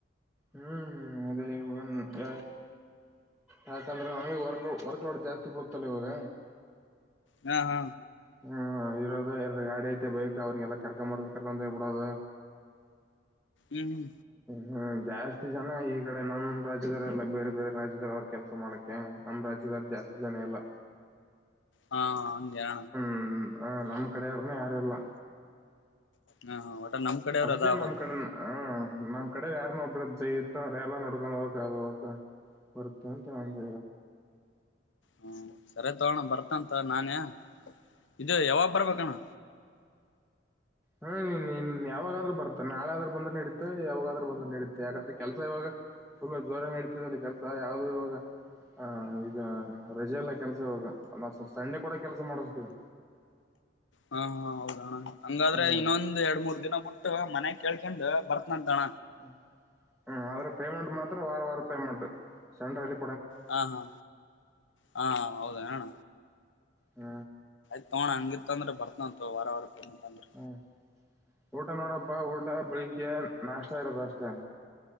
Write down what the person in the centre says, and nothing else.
ಹ್ಮ್ ಅದೇ ಇವಾಗ. ಯಾಕಂದ್ರೆ ನಮಗೆ ವಕ್ ವರ್ಕ್ಲೌಟ್ ಜಾಸ್ತಿ ಬಡತಲ್ಲ ಇವಾಗ.
ಹ್ಮ್ ಇರೋದು ಎರ ಗಾಡಿಐತೆ ಬಯತು ಅವ್ರಿಗೆ ಎಲ್ಲ ಕರ್ಕೊಂಬರದ ಕರ್ಕೊಂತ ಬಿಡೋದು.
ಹ್ಮ್ ಜಾಸ್ತಿ ಜನ ಈ ಕಡೆ ನಮ್ ರಾಜ್ಯದವೆಲ್ಲ ಬೇರೆ ಬೇರೆ ರಾಜ್ಯದದಲ್ಲಿ ಅವ್ರ ಕೆಲಸ ಮಾಡಕ್ಕೆ ನಮ್ಮ್ ರಾಜ್ಯದ. ಜಾಸ್ತಿ ಜನ ಇಲ್ಲ.
ಹ್ಮ ಹ ನಮ್ಮ್ ಕಡೆಯವ್ರನ್ನ ಯಾರೆಲ್ಲ.
ಅದಕೆ
ನಮ್ಮ್ ಕಡೆ ಹ. ನಮ್ಮ್ ಕಡೆ ಯಾರನೋ ಒಬ್ಬರಣ ಜೈುತ್ತ ರೇ ಎಲ್ಲ ನಡ್ಕೊಂಡ ಹೋಗ್. <unintelligible> <unintelligible> ಒತ್ತನ್ನು ತಳಂದ.
ಹ್ಮ್ನ್ ನಿನ್ ಯಾವಾಗಾದ್ರೂ ಬರ್ತೆ ನಾಳೆ ಆದರು ಬಂದ್ರೆ ನಡತೆ ಯಾವಾಗಾದ್ರೂ ಬಂದ್ರೆ ನಡೀತೆ. ಯಾಕಂದ್ರೆ ಕೆಲಸ ಇವಾಗ ಫುಲ್ ಜ್ವರ ಆಗಿ ನಡಿತ ಇದೆ ಕೆಲ್ಸ ಯಾವವುದೂ ಇವಾಗ. ಆ ಈಗ ರಜೆಲ್ಲ ಕೆಲ್ಸ ಇವಗ ನಸ ಸಂಡೆ ಕೂಡ ಕೆಲ್ಸ ಮಾಡಿಸತೀವಿ.
ಹ್ಮ್
ಹ ಹ್ಮ ಅವರಿಗೆ ಪೇಮೆಂಟ್ ಮಾತ್ರ ವಾರ ವಾರ ಪೇ ಮಾಡಬೇಕು ಸೆಂಟ್ರಲ್ಲಿ.
ಹೂ.
ಹ್ಮ್ ಊಟ ನೋಡಪ್ಪ ಊಟ ಬೆಳಿಗ್ಗೆ ನಾಷ್ಟ ಇರತ್ತ ಅಷ್ಟೇ.